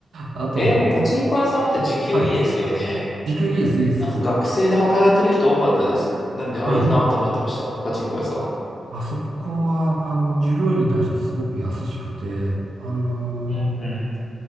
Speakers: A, on the right (about 85°); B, on the left (about 50°).
A: あと、
B: えー、な、パチンコ屋さんって時給いいですよね。
A: はい。時給いいです、いいです。
B: なんか学生で働いてる人多かったです。なんで、あ、
A: はい。
B: いいなと思ってました。パチンコ屋さ
A: あそこは、あの、従業員に対してはすごく優しくて、あのー
B: ん。うんうん。